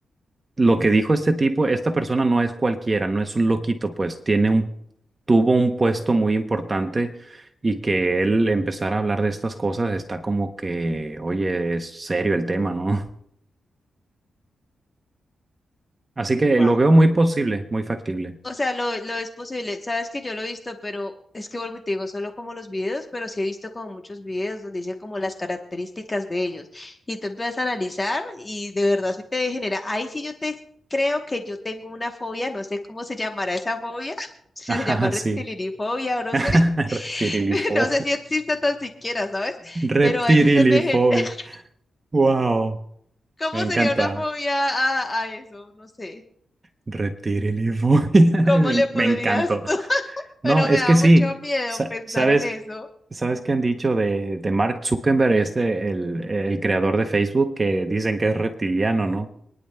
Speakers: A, on the right; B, on the left.
A: lo que dijo este tipo, esta persona no es cualquiera, no es un loquito, pues tiene un, tuvo un puesto muy importante y que él empezara a hablar de estas cosas está como que, oye, es serio el tema, ¿no? <laughs> Así que
B: Wow.
A: lo veo muy posible, muy factible.
B: O sea, lo, lo es posible. Sabes que yo lo he visto, pero es que vuelvo y te digo, solo como los videos, pero sí he visto como muchos videos donde dicen como las características de ellos. Y tú empiezas a analizar y de verdad sí te genera. Ahí sí yo te creo que yo tengo una fobia, no sé cómo se llamará esa fobia, <laughs> si
A: Ajá,
B: se llama reptilinifobia
A: sí.
B: o no
A: <laughs>
B: sé. <laughs>
A: Reptilifobia.
B: No sé si existe tan siquiera, ¿sabes?
A: Reptilifobia.
B: Pero ahí sí se me... gen- <laughs>
A: Wow.
B: ¿Cómo
A: Me encanta.
B: sería una fobia a, a eso? No sé.
A: Reptilifobia. <laughs>
B: ¿Cómo
A: Me,
B: le podrías
A: me encantó.
B: tú? <laughs>
A: No,
B: Pero
A: es
B: me da
A: que sí,
B: mucho miedo
A: sa-
B: pensar
A: sabes,
B: en eso.
A: sabes que han dicho de, de Mark Zuckerberg, este, el, el creador de Facebook, que dicen que es reptiliano, ¿no?